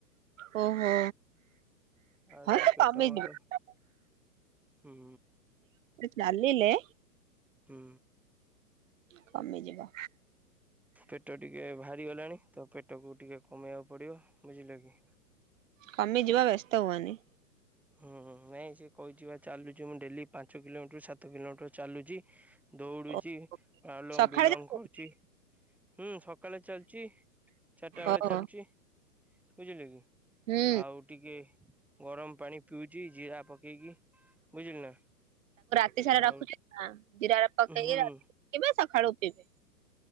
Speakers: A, on the right; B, in the centre.
A: ଓ ହୋ।
B: ଆଉ
A: ହଁ
B: ଟିକେ ପେଟ
A: ତମି
B: ମୋଟ
A: ଯିବ
B: ହୁଁ
A: ଚା ଆଲିଲେ
B: ହୁଁ।
A: କମେଇ ଯିବ।
B: ପେଟ ଟିକେ ବାହାରି ଗଲାଣି ତ ପେଟକୁ ଟିକେ କମେଇବାକୁ ପଡିବ ବୁଝିଲ କି।
A: କମି ଯିବା ବ୍ୟସ୍ତ ହୁଅନି।
B: ହୁଁ ନାଇଁ ସେ କହିଛି ବା ଚାଲୁଛି, ମୁଁ ଡେଲି ପାଞ୍ଚ କିଲୋମିଟର ସାତ କିଲୋମିଟର ଚାଲୁଛି ଦୌଡୁଛି
A: ଓ
B: ଆଲ
A: ସକାଳେ
B: ବିଲଙ୍ଗ
A: ଯାଉଛୁ
B: କରୁଛି ହୁଁ ସକାଳେ ଚାଲିଚି, ଚାରିଟା ବେଳେ
A: ଓହୋ
B: ଚାଲିଛି ବୁଝିଲେ କି
A: ହୁଁ
B: ଆଉ ଟିକେ ଗରମ ପାଣି ଜି ଜି ଆ ପକେଇଗ ବୁଝିଲ ନା।
A: ଏତି ସାରା
B: ଆଉ
A: ରଖୁଛ ଜିର ପକେଇି
B: ହୁଁ
A: ରାତି ସକାଳୁ ପିଇବେ।